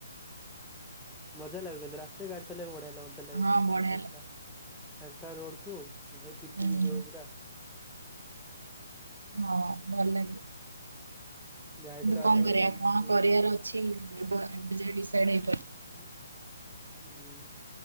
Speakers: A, in the centre; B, on the right.
A: ମଜା ଲାଗେ କିନ୍ତୁ ରାତିରେ ଗାଡି ଚଲେଇବାକୁ ବଢଆଲା ମଜା ଲାଗେ
B: ହଁ ବଢିଆ
A: ଫାଙ୍କା
B: ଲାଗେ।
A: ଫାଙ୍କା ରୋଡ୍ କୁ ଭାଇ ପିଟିକି
B: ହୁଁ
A: ଯିବ ପୁରା
B: ହଁ ଭଲ ଲାଗେ କିନ୍ତୁ
A: ଯାଇଥିଲୁ ଆମେ
B: କଣ କରିବା
A: ସେମିତି
B: କଣ କରିବାର ଅ ଛି ଏବ ଏବେ ଯାଏ ଡିସାଇଡ୍ ହେଇପାରୁ
A: ହୁଁ <inaudible> ହୁଁ